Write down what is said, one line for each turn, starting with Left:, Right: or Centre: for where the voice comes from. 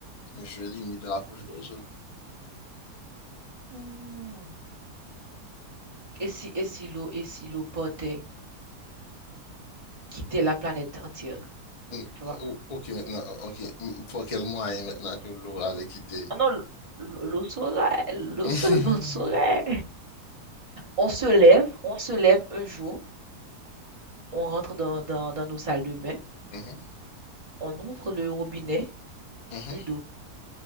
Left: Je limite la couche d'eau.
Right: Mmh. Et si et si l'eau et si l'eau portait quitter la planète entière,
Left: Mm,
Right: tu vois?
Left: o- Ok, maintenant, oh, ok. Mm, Pour quel moyen maintenant que l'eau allait quitter?
Right: Ah non, l- l- l'eau saurait, l'eau
Left: Mhm,
Right: seulement saurait. On se lève, on se lève un jour, on rentre dans, dans, dans nos salles de bain,
Left: mhm,
Right: on ouvre le robinet,
Left: mhm.
Right: plus d'eau.